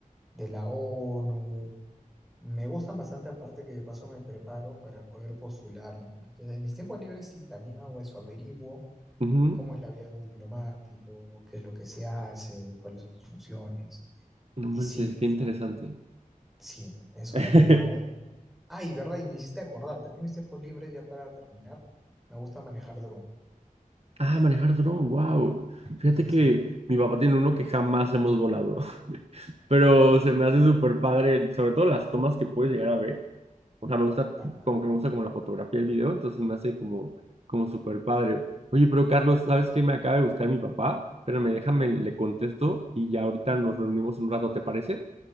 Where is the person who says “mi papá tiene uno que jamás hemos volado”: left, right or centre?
Right